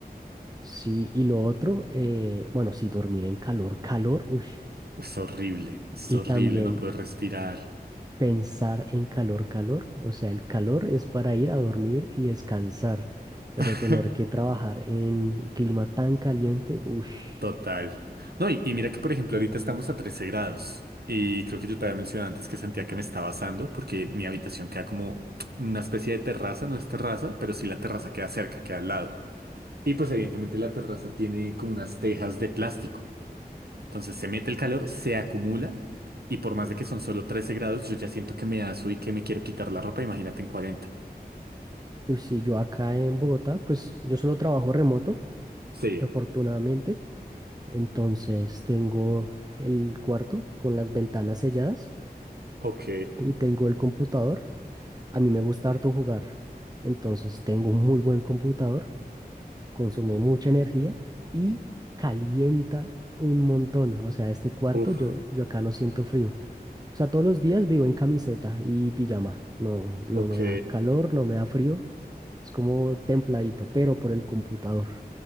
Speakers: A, on the right (about 25°); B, on the right (about 75°).
A: Sí, y lo otro, eh, bueno, sí, dormir en calor, calor, ush,
B: es horrible, es
A: y
B: horrible
A: también
B: no poder respirar.
A: pensar en calor, calor, o sea, el calor es para ir a dormir y descansar, pero
B: <laughs>
A: tener que trabajar en clima tan caliente, ush,
B: Total. No, y, y mira que, por ejemplo, ahorita estamos a 13 grados. Y creo que yo te había mencionado antes que sentía que me estaba asando porque mi habitación queda como una especie de terraza, no es terraza, pero sí la terraza queda cerca, queda al lado. Y pues evidentemente la terraza tiene como unas tejas de plástico. Entonces se mete el calor, se acumula y por más de que son solo 13 grados, yo ya siento que me aso y que me quiero quitar la ropa, imagínate en cuarenta
A: ush, sí, yo acá en Bogotá, pues yo solo trabajo remoto,
B: Sí,
A: afortunadamente, entonces tengo el cuarto con las ventanas selladas
B: ok,
A: y tengo el computador, a mí me gusta harto jugar, entonces tengo un muy buen computador. consume mucha energía y calienta un montón. O sea, este cuarto
B: uf,
A: yo, yo acá no siento frío. O sea, todos los días vivo en camiseta y pijama. No, no
B: ok.
A: me da calor, no me da frío. Es como templadito, pero por el computador.